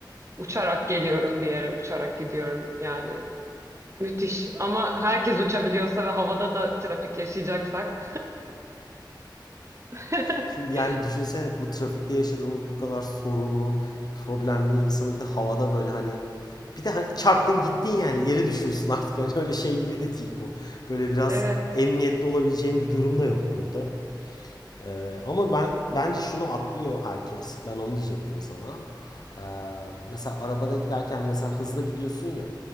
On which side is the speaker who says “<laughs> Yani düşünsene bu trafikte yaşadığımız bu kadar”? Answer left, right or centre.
Left